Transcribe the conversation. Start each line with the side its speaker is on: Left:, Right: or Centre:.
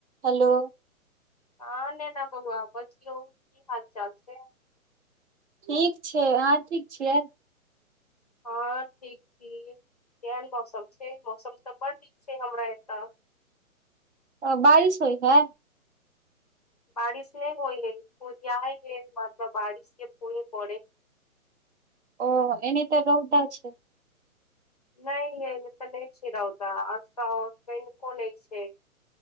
Right: हलो
Left: हँ नेैना बउआ बजियौ की हाल चाल छै
Right: ठीक छै अहाँ ठीक छियै
Left: हँ ठीक छी केहन मौसम छै मौसम तऽ बड़ नीक छै हमरा एतऽ
Right: अ बारिश होइ है
Left: बारिश नै होइ हय जाइ ह मात बारिश के फुही पड़े
Right: ओ एनी तऽ रौदा छै
Left: नै यै एतऽ नै छै रौदा आसा तनिको नै छै